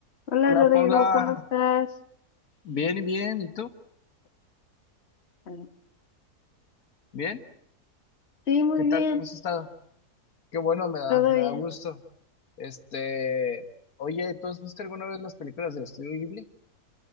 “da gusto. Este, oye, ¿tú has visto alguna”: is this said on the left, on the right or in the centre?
Left